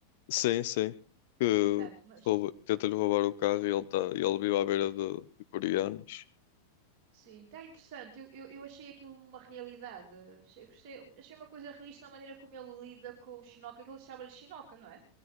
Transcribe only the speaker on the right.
Exato, mas
Sim, está interessante. Eu, eu, eu achei aquilo uma realidade. Achei, gostei- achei uma coisa realista a maneira como ele lida com o Shinoka, que ele chama-lhe Shinoka, não é?